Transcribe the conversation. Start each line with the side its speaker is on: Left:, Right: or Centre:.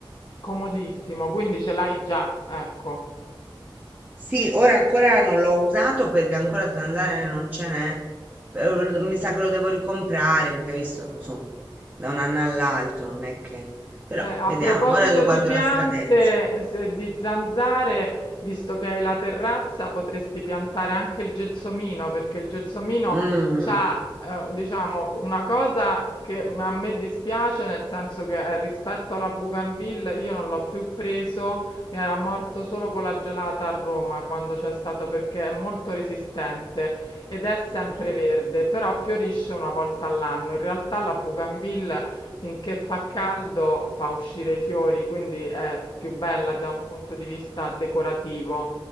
Left: comodissimo, quindi ce l'hai già, ecco.
Right: Sì, ora ancora non l'ho usato perché ancora zanzare non ce n'è. però Mi sa che lo devo ricomprare perché hai visto, insomma, da un anno all'altro non è che... Però
Left: Eh, a
Right: vediamo,
Left: proposito
Right: ora lo guardo
Left: di piante,
Right: la scadenza.
Left: se- di zanzare, visto che hai la terrazza, potresti piantare anche il gelsomino, perché il gelsomino
Right: Mm.
Left: c'ha, eh, diciamo, una cosa che a me dispiace, nel senso che eh, rispetto alla Bougainville io non l'ho più preso, mi era morto solo con la gelata a Roma quando c'è stato, perché è molto resistente ed è sempre
Right: <laughs>
Left: verde, però fiorisce una volta all'anno. In realtà la Bougainville finché fa caldo fa uscire i fiori, quindi è più bella da un punto di vista decorativo.